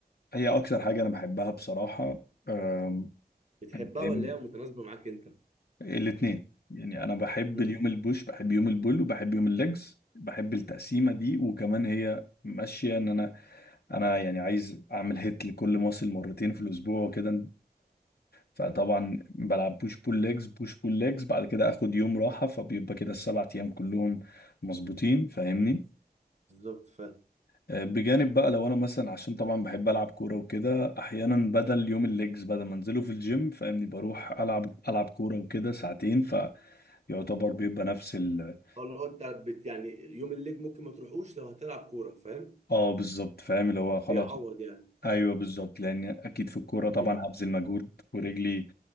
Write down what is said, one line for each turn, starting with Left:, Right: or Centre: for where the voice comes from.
Left: هي اكتر حاجه انا بحبها بصراحه آم،
Right: بتحبها
Left: فاهم
Right: ولا هي متناسبه معاك انت
Left: الاثنين يعني انا بحب
Right: امم
Left: اليوم البوش بحب يوم البول وبحب يوم الليجز بحب التقسيمه دي وكمان هي ماشيه ان انا انا يعني عايز اعمل هيت لكل ماسل مرتين في الاسبوع وكده فطبعا بلعب بوش بول ليجز بوش بول ليجز بعد كده اخد يوم راحه فبيبقى كده السبع ايام كلهم مظبوطين فاهمني
Right: بالظبط فاهم
Left: آه، بجانب بقى لو انا مثلا عشان طبعا بحب العب كوره وكده احيانا بدل يوم الليجز بدل ما انزله في الجيم فاهمني بروح العب العب كوره وكده ساعتين يعتبر بيبقى نفس ال
Right: اه اللي هو انت بت يعني يوم الليج ممكن ما تروحوش لو هتلعب كوره فاهم
Left: اه بالظبط فاهم اللي هو خلاص
Right: بيعوض يعني
Left: ايوه بالظبط لان اكيد في الكوره طبعا
Right: جامد
Left: هبذل مجهود ورجلي